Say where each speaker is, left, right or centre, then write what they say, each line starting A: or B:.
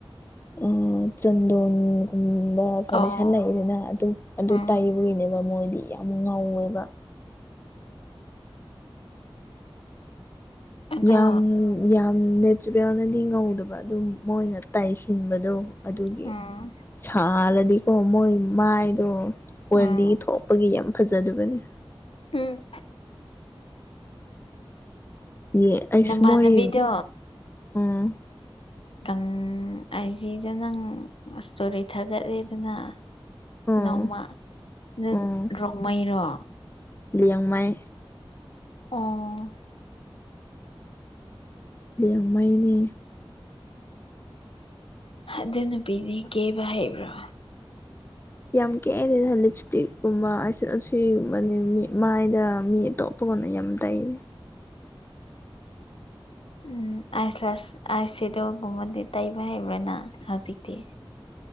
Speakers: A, on the left (about 25°); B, on the left (about 75°).
A: ꯑꯥ ꯆꯟꯗꯣꯟ ꯒꯨꯝꯕ ꯐꯥꯎꯟꯗꯦꯁꯟ
B: ꯑꯣ
A: ꯂꯩꯗꯅ ꯑꯗꯨ ꯑꯗꯨ
B: ꯎꯝ
A: ꯇꯩꯕꯒꯤꯅꯦꯕ ꯃꯣꯏꯗꯤ ꯌꯥꯝ ꯉꯧꯋꯦꯕ꯫
B: ꯑꯗꯣ
A: ꯌꯥꯝ ꯌꯥꯝ ꯅꯦꯆꯔꯦꯜꯅꯗꯤ ꯉꯧꯗꯕ ꯑꯗꯨꯝ ꯃꯣꯏꯅ ꯇꯩꯁꯤꯟꯕꯗꯣ꯫ ꯑꯗꯨꯒꯤ
B: ꯎꯝ
A: ꯁꯥꯔꯗꯤꯀꯣ ꯃꯣꯏ ꯃꯥꯏꯗꯣ ꯑꯣꯏꯂꯤ
B: ꯎꯝ
A: ꯊꯣꯛ ꯄꯒꯤ ꯌꯥꯝ ꯐꯖꯗꯨꯕꯅꯤ꯫
B: ꯎꯝ
A: ꯌꯦ ꯑꯩꯁꯨꯃꯣꯏ
B: ꯅꯃꯥꯟꯅꯕꯤꯗꯣ
A: ꯎꯝ꯫
B: ꯇꯝ ꯑꯥꯏꯖꯤꯗ ꯅꯪ ꯑꯁꯇꯣꯔꯤ ꯊꯥꯒꯠꯂꯤꯗꯅ꯫
A: ꯎꯝ
B: ꯅꯣꯡꯃ ꯅꯪ
A: ꯎꯝ
B: ꯔꯣꯡꯃꯩꯔꯣ?
A: ꯂꯤꯌꯥꯡꯃꯩ꯫
B: ꯑꯣ
A: ꯂꯤꯌꯥꯡꯃꯩꯅꯦ꯫
B: ꯑꯗꯨ ꯅꯨꯄꯤꯗꯤ ꯀꯦꯕ ꯍꯩꯕ꯭ꯔꯥ?
A: ꯌꯥꯝ ꯀꯦꯗꯦꯗ ꯂꯤꯞꯁꯇꯤꯛꯀꯨꯝꯕ ꯑꯥꯏꯁꯦꯗ ꯑꯁꯤꯒꯨꯝꯕꯅꯤ ꯃꯤ ꯃꯥꯏꯗ ꯃꯤ ꯑꯇꯣꯞ ꯄꯣꯟꯅ ꯌꯥꯝ ꯇꯩꯔꯦ
B: ꯎꯝ ꯑꯥꯏ ꯂꯥꯁ ꯑꯥꯏ ꯁꯦꯗꯣꯒꯨꯝꯕꯗꯤ ꯇꯩꯕ ꯍꯩꯕ꯭ꯔꯥ ꯅꯪ ꯍꯧꯖꯤꯛꯇꯤ